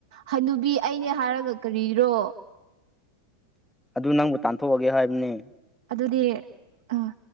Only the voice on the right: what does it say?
ꯍꯅꯨꯕꯤ ꯑꯩꯅꯦ ꯍꯥꯏꯔꯒ ꯀꯔꯤꯔꯣ
ꯑꯗꯨꯗꯤ ꯑꯥ